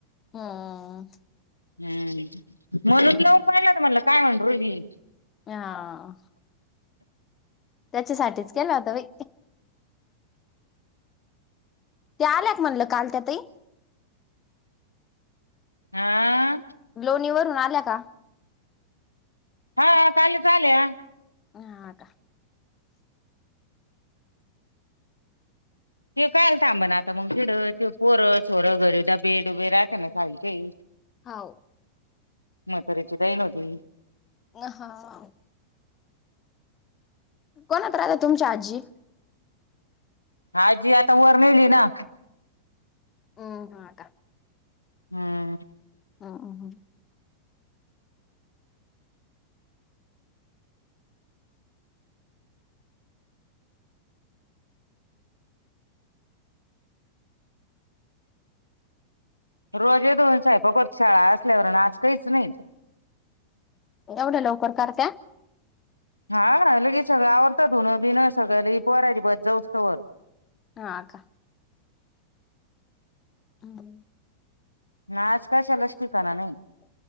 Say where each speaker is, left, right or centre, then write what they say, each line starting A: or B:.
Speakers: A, on the left (about 25°); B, on the left (about 85°).
A: हा..
B: हम्म म्हणून लऊन पाहिला तर म्हटलं काय म्हण रोहीणी.
A: हा त्याच्यासाठीच केला होता बाई. त्या आल्या का म्हणलं काल त्या ताई.
B: हा...
A: लोणी वरून आल्या का?
B: हा कालच आल्या.
A: ह का...
B: ते कायल थांब ना आता मग डं ते पोरं ोरं घरीद्या बेड उभे राहते ना साडीच्याही.. <inaudible>
A: हो..
B: म्हातारीची देन होती.
A: ह हा... कोणत राहता तुमच्या आजी?
B: आजी आता वर नेवली ना...
A: हम्म हा का..
B: हम्म..
A: ह ह हम..
B: रोजे दोन साहेबक होत शाळा असल्यावर आज काहीच नाही.
A: एवढ्या लवकर करत्या.
B: हा लगेच सगळ आवडतात धुनं बिन सगळ्या ल पोराजिबात जाऊस्तवर..
A: हा अ का? हम्..
B: आज कशाला? नाही